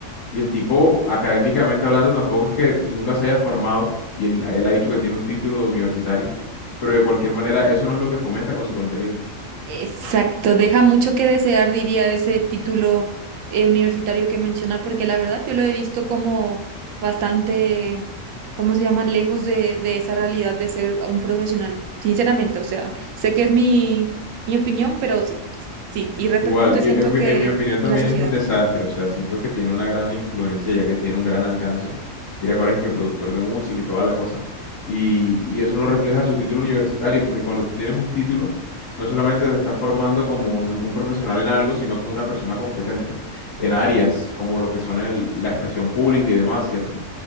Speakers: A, on the left; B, on the right.
A: Y el tipo, académicamente hablando, tampoco es que nunca se haya formado y él, él ha dicho que tiene un título universitario, pero de cualquier manera eso no es lo que fomenta con su contenido.
B: Exacto, deja mucho que desear, diría ese título eh, universitario que menciona, porque la verdad yo lo he visto como bastante, ¿cómo se llama?, lejos de, de esa realidad de ser un profesional, sinceramente, o sea, sé que es mi, mi opinión, pero sí, sí, y repercute,
A: Igual, e-
B: siento
A: en, mi
B: que
A: en mi opinión también
B: en la sociedad.
A: es un desastre, o sea, siento que tiene una gran influencia ya que tiene un gran alcance. Mira, que ahora es que productor de música y toda la cosa. Y, y eso no refleja su título universitario, porque cuando tú tienes un título, no solamente te estás formando como un, un profesional en algo, sino como una persona competente en áreas como lo que son el- la expresión pública y demás, ¿cierto?